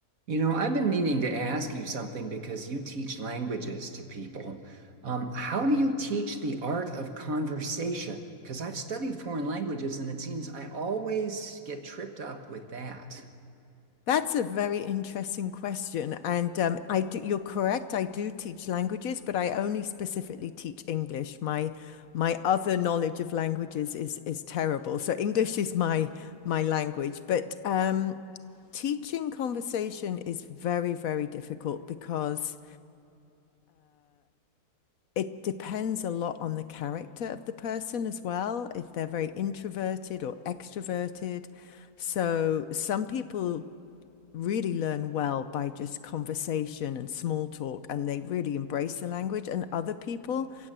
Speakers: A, on the right; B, on the left.
A: You know, I've been meaning to ask you something because you teach languages to people. Um, how do you teach the art of conversation? Because I've studied foreign languages and it seems I always get tripped up with that.
B: That's a very interesting question. And um, I do, you're correct. I do teach languages, but I only specifically teach English. My my other knowledge of languages is is terrible. So English is my my language. But um, teaching conversation is very, very difficult because it depends a lot on the character of the person as well, if they're very introverted or extroverted. So some people really learn well by just conversation and small talk, and they really embrace the language. And other people